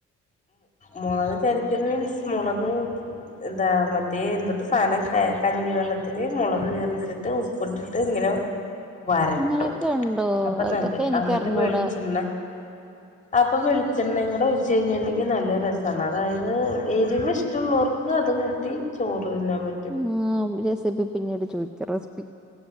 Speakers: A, on the left; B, in the centre.
A: മുളക് ചതച്ചത് മീൻസ് മുളക് എന്താ മറ്റേ എന്തൊട്ട് സാധനം കഞ്ഞിവെള്ളത്തിൽ മുളക് കിറിയിട്ടിട്ട് ഉപ്പിട്ടിട്ട് ഇങ്ങനെ വരട്ടും
B: അങ്ങനെയൊക്കെ ഉണ്ടോ
A: അപ്പൊ
B: അതൊക്കെ
A: നല്ല
B: എനിക്കറിഞ്ഞൂടാ
A: അന്നട്ട് വിളിച്ചണ്ണ അപ്പൊ വെളിച്ചെണ്ണ എങ്ങോടെ ഒഴിച്ചു കഴിഞ്ഞാൽ നല്ല രസമാണ് അതായത് എരിവ് ഇഷ്ടമുള്ളവർക്ക് അത് കൂട്ടി ചോറ് തിന്നാൻ പറ്റും
B: ഉം റെസിപ്പി പിന്നീട് ചോദിക്കാം റെസിപ്പി